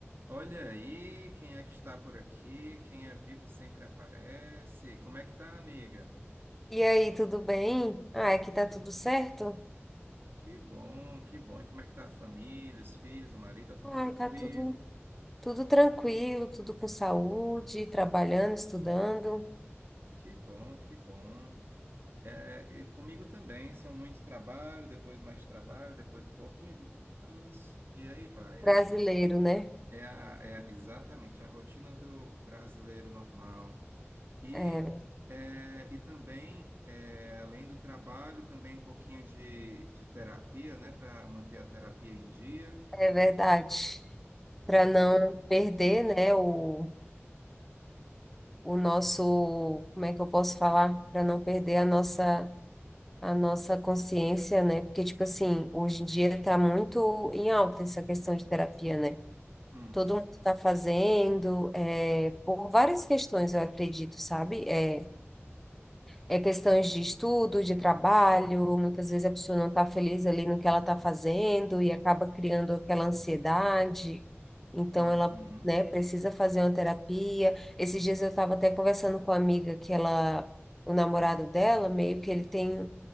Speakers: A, on the right (about 55°); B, in the centre.
A: Olha aí, quem é que está por aqui? Quem é vivo sempre aparece. Como é que tá, amiga?
B: E aí, tudo bem? Ah, aqui tá tudo certo?
A: Que bom, que bom. E como é que tá a família, os filhos, o marido, tá tudo
B: Ai,
A: tranquilo?
B: tá tudo, tudo tranquilo, tudo com saúde, trabalhando, estudando.
A: Que bom, que bom. É, e comigo também, só muito trabalho, depois mais trabalho, depois um pouquinho de descanso, e aí vai.
B: Brasileiro,
A: É,
B: né?
A: é, a- é exatamente a rotina do brasileiro normal. E,
B: É,
A: é, e também, é, além do trabalho, também um pouquinho de, de terapia, né? Para manter a terapia em dia,
B: é
A: né?
B: verdade.
A: Porque...
B: Para não perder, né, o, o nosso, como é que eu posso falar? Para não perder a nossa a nossa consciência, né? Porque, tipo assim, hoje em dia tá muito em alta essa questão de terapia, né?
A: Uhum,
B: todo mundo está fazendo, é, por várias questões, eu acredito, sabe? É, é questões de estudo, de trabalho, muitas vezes a pessoa não está feliz ali no que ela está fazendo e acaba criando aquela ansiedade, então
A: uhum,
B: ela, né, precisa fazer uma terapia. Esses dias eu estava até conversando com uma amiga que ela, o namorado dela, meio que ele tem.